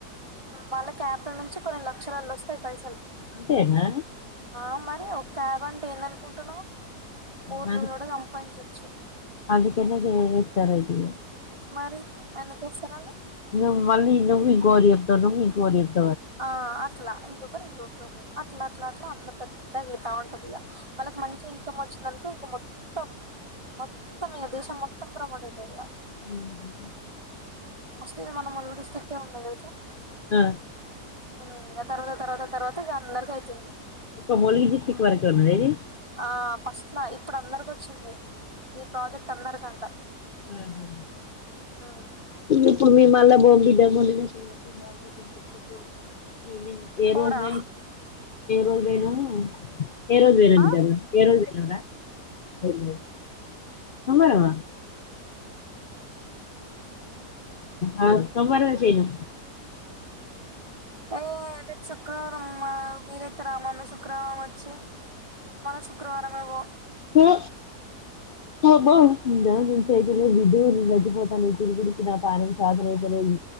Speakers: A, on the right (about 20°); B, on the left (about 60°).
A: వాళ్ళ యాప్ల నుంచి కొన్ని లక్షలల్లా ఒస్తయి పైసల్
B: అంతేనా
A: ఆ మరి ఒక్క క్యాబ్ అంటే ఏందనుకుంటున్నావ్ కోట్లు
B: నాకు
A: కూడా సంపాదించచ్చు.
B: అందుకనే గా ఏస్తార్ అది
A: మరి ఎందుకొస్తారాళ్ళు?
B: నువ్వు మళ్ళీ ఇంతకుముందు ఇంకొకరికీ చెప్తావు నువ్వు ఇంకొకరికీ చెప్
A: ఆ అట్లా ఇంకొకరు ఇంకొకరు అట్ల అట్ల అట్ల అందరితాకి తగేతా ఉంటంది ఇగ. వాళ్ళకి మంచి ఇన్కమ్ వచ్చిందనుకో, ఇంక మొత్తం. మొత్తం ఇగ దేశం మొత్తం ప్రమోట్ అయితది ఇగ.
B: మ్ హు
A: ఫస్ట్ ది మన ములిగి డిస్టిక్ కే ఉన్నది తెలుసా?
B: మ్
A: మ్ ఆ తర్వాత తర్వాత తర్వాత ఇగ అందరికి అయితంది
B: ఇప్పుడ్ ములిగి డిస్టిక్ వరకే ఉన్నదా ఇది?
A: ఆ ఫస్ట్ లా. ఇప్పుడు అందరికి వచ్చింది. ఈ ప్రాజెక్ట్ అందరికంట.
B: మ్ హు
A: ఉమ్,
B: ఇప్పుడు మీ మళ్ళ బాంబిడెమో నేనేం చూడ్లే <unintelligible> ఈవెనింగ్ ఏ
A: పోరా
B: రోజు నే? ఈ రోజె నా ఏ రోజు వేయనంగుండల్ల?
A: ఆ
B: ఏ రోజు పోయినవ్ రా? అయ్యో ఉంగారవ్వ ఆ సోమవారమే చేయను
A: ఏ రేపు శుక్రవారం మా మీరైతే రామను శుక్రవారం వచ్చి మల్ల శుక్రవారమే పో.
B: ఎ అబ్బా నాకింత అయిత లేదు. బిడ్డ పుడితే సచ్చిపోతా నీ తిరుగుడుకు నా పానం సాధన అయితలేదు.